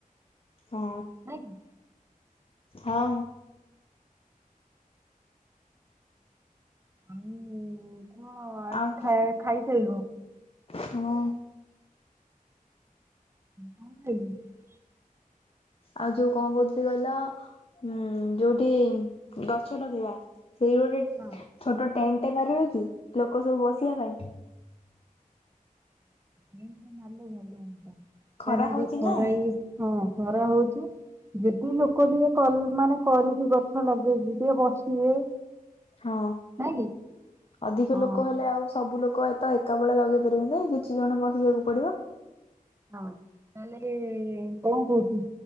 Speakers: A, on the left; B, on the right.
A: ହଁ।
B: ନାଇଁ କି?
A: ହଁ।
B: ଆ କଣ ଆଜି
A: ଆଉ
B: ଖ ଖାଇସ।
A: ହୁ।
B: ହଁ କଣିଲ।
A: ଆଉ ଯୋଉ କଣ କହୁଥିଲି କହିଲ ଉ ଯୋଉଠି ଗଛ ଲଗେଇବା। ସେଇ ଗୋଟେ
B: ହଁ
A: ଛୋଟ। ଟେଣ୍ଟ ମାରିବ କି ଲୋକ ସବୁ ବସିବା ପାଇଁ।
B: ଲେ ଭଲ ହୁଅନ୍ତା
A: ଖରା
B: କାହିଁକି
A: ହଉଛି
B: ଯୋଉ ଖରାଇ
A: ନା
B: ହଁ। ଖରା ହଉଛି। ଯଦି ଲୋକ ଟିକେ ମାନେ କରିକି ଗଛ ଲଗେଇକି ଟିକେ ବସିବେ।
A: ହଁ
B: ନାଇଁ କି?
A: ଅଧିକ
B: ହଁ
A: ଲୋକ ହେଲେ ଆଉ ସବୁ ଲୋକ। କ ତ ଏକା ବେଳେ ଲଗେଇ ପାରିବି ନାଇଁ କିଛି ଜଣ ବସିବାକୁ ପଡିବ।
B: ହଁ ତାହେଲେ କଣ କୋହୁଚୁ